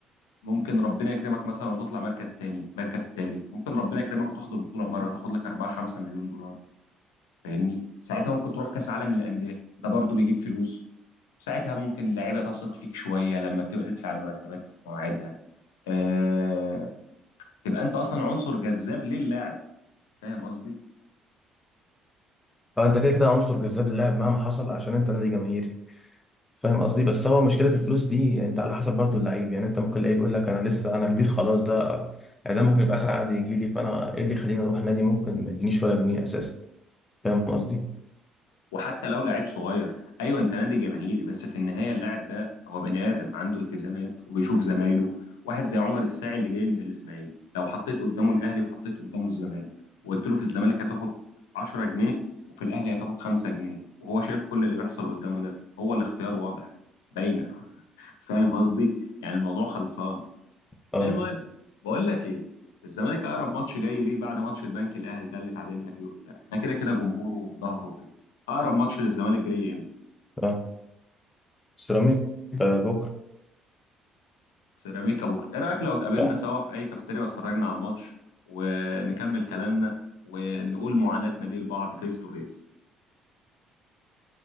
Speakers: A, on the left; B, on the left.
A: ممكن ربنا يكرمك مثلا وتطلع مركز تاني مركز تالت ممكن ربنا يكرمك وتاخد البطوله مره تاخد لك 4 5 مليون دولار فاهمني ساعتها ممكن تروح كاس عالم للانديه ده برضو بيجيب فلوس ساعتها ممكن اللعيبه تثق فيك شويه لما بتبقى تدفع المرتبات في مواعيدها أه... تبقى انت اصلا عنصر جذاب للاعب فاهم قصدي
B: فانت كده كده عنصر جذاب اللاعب مهما حصل عشان انت نادي جماهيري فاهم قصدي بس هو مشكله الفلوس دي يعني انت على حسب برضو اللعيب يعني انت ممكن لعيب يقول لك انا لسه انا كبير خلاص ده يعني ده ممكن يبقى اخر عقد يجي لي فانا ايه اللي يخليني اروح نادي ممكن ما يدينيش ولا جنيه اساسا فاهم قصدي
A: وحتى لو لعيب صغير ايوه انت نادي جماهيري بس في النهايه اللاعب ده هو بني ادم عنده التزامات وبيشوف زمايله واحد زي عمر الساعي اللي جاي من الاسماعيلي لو حطيت قدامه الاهلي وحطيت قدامه الزمالك وقلت له في الزمالك هتاخد 10 جنيه وفي الاهلي هتاخد 5 جنيه وهو شايف كل اللي بيحصل قدامه ده هو الاختيار واضح باينه <laughs> فاهم قصدي يعني الموضوع خلصان
B: اه
A: المهم بقول لك ايه الزمالك اقرب ماتش جاي ليه بعد ماتش البنك الاهلي ده اللي تعادلنا فيه وبتاع احنا كده كده جمهوره وفي ظهره وكده اقرب ماتش للزمالك جاي امتى
B: اه سيراميكا بكره
A: سيراميكا بكره ايه رايك لو اتقابلنا
B: صح
A: سوا في اي كافيتيريا واتفرجنا على الماتش ونكمل كلامنا ونقول معاناتنا دي لبعض فيس تو فيس